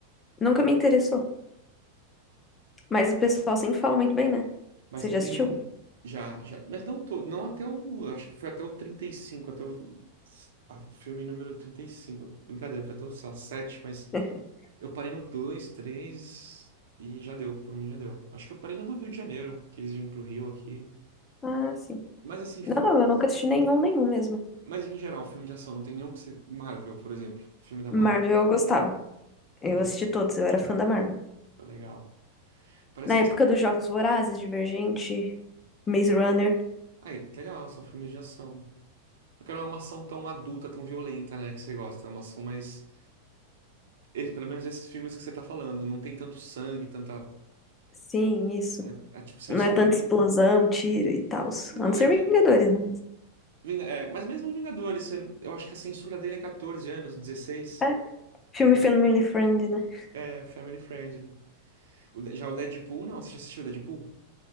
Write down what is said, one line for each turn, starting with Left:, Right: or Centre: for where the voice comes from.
Left: nunca me interessou. Mas o pessoal sempre fala muito bem, né?
Right: mas
Left: Você já
Right: nenhum
Left: assistiu?
Right: já, já, mas não todo, não até o, acho que foi até o 35, até o, a- o filme número trinta e cinco Brincadeira, foi até o, sei lá, 7, mas
Left: <laughs>
Right: eu parei no 2 3 e já deu, pra mim já deu. Acho que eu parei no do Rio de Janeiro, que eles vinham pro Rio aqui.
Left: Ah, sim.
Right: Mas assim, filme
Left: Não, não,
Right: de ação.
Left: eu nunca assisti nenhum, nenhum mesmo.
Right: Mas em geral, filme de ação, não tem nenhum que você. Marvel, por exemplo. Filme da Marvel.
Left: Marvel eu gostava. Eu
Right: Já,
Left: assisti todos, eu era fã da Marvel.
Right: legal. Parece
Left: Na época
Right: que
Left: dos Jogos Vorazes, Divergente, Maze Runner.
Right: Aí, legal, são filmes de ação. Porque não é uma ação tão adulta, tão violenta, né, que você gosta. É uma ação mais. eh, Pelo menos esses filmes que você tá falando, não tem tanto sangue, tanta.
Left: Sim, isso.
Right: né, É, tipo, censura.
Left: Não é tanta explosão, tiro e tal.
Right: Não
Left: A não ser
Right: é que.
Left: Vingadores, né?
Right: Ving- é, mas mesmo os Vingadores, você- eu acho que a censura dele é 14 anos, dezesseis
Left: É, filme
Right: né?
Left: family friendly, né?
Right: É, family friendly. O de- já o Deadpool, não. Você já assistiu o Deadpool?